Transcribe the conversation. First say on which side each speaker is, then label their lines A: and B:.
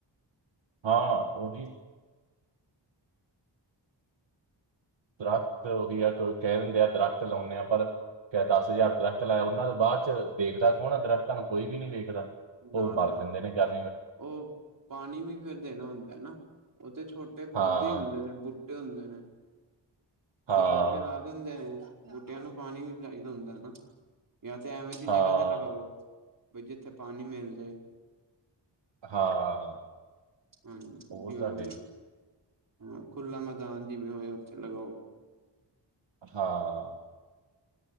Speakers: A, on the right; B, on the right.
A: ਹਾਂ ਉਹੀ ਦਰੱਖਤ ਵੀ ਆ ਕੋਈ ਕਹਿ ਦਿੰਦੇ ਆ ਦਰੱਖਤ ਲਾਉਂਦੇ ਹਾਂ ਪਰ ਦੱਸ ਹਜ਼ਾਰ ਦਰੱਖਤ ਲਾਇਆ ਉਹਨਾਂ ਦੇ ਬਾਅਦ ਚ ਦੇਖਦਾ ਕੌਣ ਆ ਦਰੱਖਤਾਂ ਨੂੰ ਕੋਈ ਵੀ ਨੀ ਵੇਖਦਾ।
B: ਨਾ
A: ਉਹ
B: ਨਾ
A: ਮਰ ਜਾਂਦੇ ਨੇ ਘਰ
B: ਉਹ ਪਾਣੀ ਵੀ ਫੇਰ ਦੇਣਾ ਹੁੰਦਾ ਨਾ, ਉਹ ਤੇ ਛੋਟੇ ਪੌਦੇ
A: ਹਾਂ
B: ਹੀ ਹੁੰਦੇ ਨੇ ਬੁ ਹੁੰਦੇ ਨੇ, ਉੱਥੇ
A: ਹਾਂ
B: ਬੂਟੇ ਲਾ ਦ ਬੁਟਿਆਂ ਨੂੰ ਪਾਣੀ ਵੀ ਚਾਹੀਦਾ ਹੁੰਦਾ ਹਨਾ ਜਾਂ ਤੇ ਐਵੇਂ ਦੀ
A: ਹਾਂ
B: ਜਗ੍ਹਾ ਲਗਾਓ ਬੀ ਜਿੱਥੇ ਪਾਣੀ ਮਿਲ ਜਾਏ
A: ਹਾਂ
B: ਹਾਂਜੀ
A: ਉਹ
B: ਜੀ।
A: ਤਾਂ ਹੈ ਹੀ
B: ਹਾਂ ਖੁੱਲਾ ਮੈਦਾਨ ਜੀਵੇਂ ਹੋਇਆ ਉਥੇ ਲਗਾਓ‌।
A: ਹਾਂ।